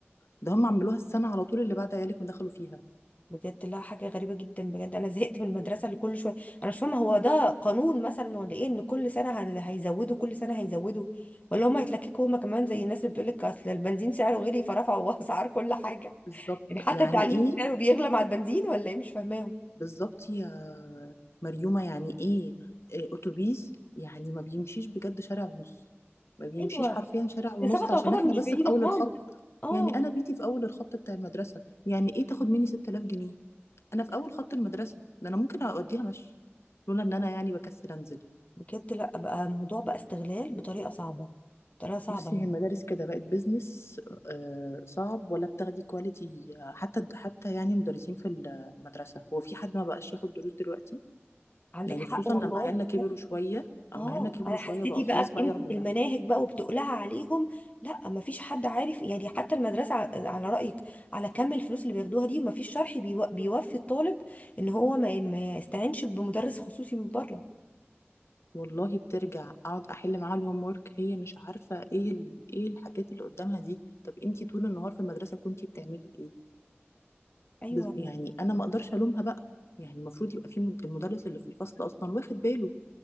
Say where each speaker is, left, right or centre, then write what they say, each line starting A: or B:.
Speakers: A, on the left (about 75°); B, on the left (about 30°).
A: ده هم عملوها السنه على طول اللي بعد عيالك ما دخلوا فيها
B: بجد لا حاجة غريبة جدا بجد أنا زهقت من المدرسة اللي كل شوية أنا مش فاهمة هو ده قانون مثلا ولا إيه إن كل سنة هل- هيزودوا كل سنة هيزودوا ولا هما هيتلككوا هما كمان زي الناس اللي بتقولك أصل البنزين سعره غلي فرفعوا <laughs> أسعار كل حاجة
A: بالظبط
B: يعني حتى
A: يعني
B: التعليم
A: ايه
B: سعره بيغلى مع البنزين ولا إيه مش فاهماهم
A: بالظبط يا مريومة يعني ايه إيه اتوبيس يعني ما بيمشيش بجد شارع ونص ما بيمشيش
B: أيوه
A: حرفيا شارع ونص
B: المسافة تعتبر
A: عشان احنا
B: مش
A: بس
B: بعيدة
A: في اول
B: خالص
A: الخط
B: أه
A: يعني انا بيتي في اول الخط بتاع المدرسة يعني ايه تاخد مني 6000 جنيه انا في اول خط المدرسة ده انا ممكن اوديها مشي لولا ان انا يعني بكسل انزل
B: بجد لا بقى الموضوع بقى استغلال بطريقة صعبة بطريقة صعبة
A: فبصي
B: يعني
A: هي المدارس كده بقت بيزنس آه، صعب ولا بتاخدي كواليتي حتى حتى يعني مدرسين في المدرسة هو في حد ما بقاش ياخد دروس دلوقتي
B: عندك
A: يعني
B: حق
A: خصوصا
B: والله
A: لما عيالنا كبروا شويه اما
B: اه
A: عيالنا كبروا
B: انا حسيتي
A: شويه بقى خلاص
B: بقى بقيمه
A: بقى ياخدوا
B: المناهج
A: ماث
B: بقى وبتقلها عليهم لا مفيش حد عارف يعني حتى المدرسه ع- على رايك على كم الفلوس اللي بياخدوها دي مفيش شرح بيو- بيوفي الطالب ان هو ما ما يستعينش بمدرس خصوصي من بره
A: والله بترجع اقعد احل معاها الهوم ورك هي مش عارفه ايه ال... ايه الحاجات اللي قدامها دي طب انتي طول النهار في المدرسه كنتي بتعملي ايه
B: ايوه
A: بز... يعني
B: يعني.
A: انا ما اقدرش الومها بقى يعني المفروض يبقى في مد- المدرس اللي في الفصل اصلا واخد باله